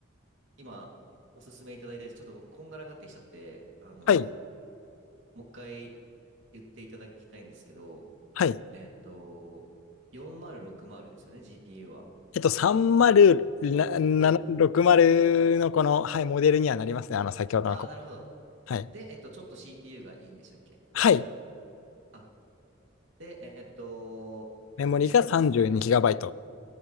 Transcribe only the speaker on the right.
今、おすすめいただいたやつ、ちょっと僕、こんがらがってきちゃって、あの、
もう一回言っていただきたいんですけど、
えっと、4060ですよね、GPU は。
あ、
あー、なるほど。
で、えっと、ちょっと CPU がいいんでしたっけ
あ、で、えっと、
えーす